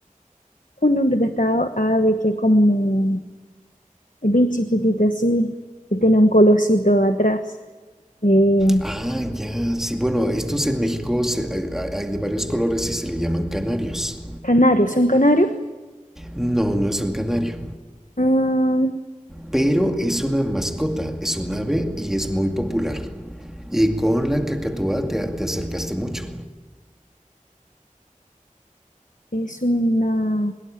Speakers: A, on the left; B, in the centre.
A: Un nombre de esta ave que es como es bien chiquitita así y tiene un colorcito atrás. Eh,
B: Ah, ya. Sí, bueno, estos en México se- hay, hay- hay de varios colores y se le llaman canarios.
A: Canario, ¿es un canario?
B: No, no es un canario,
A: Ah,
B: pero es una mascota, es un ave y es muy popular. Y con la cacatúa te, a- te acercaste mucho.
A: es una,